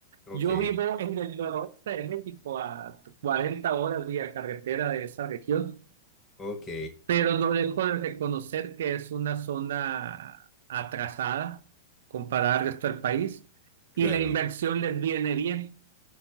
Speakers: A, on the left; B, on the right.
A: ok,
B: yo vivo en el noroeste de México, a 40 horas vía carretera de esa región,
A: ok,
B: pero no dejo de reconocer que es una zona atrasada comparada al resto del país
A: claro.
B: y la inversión les viene bien,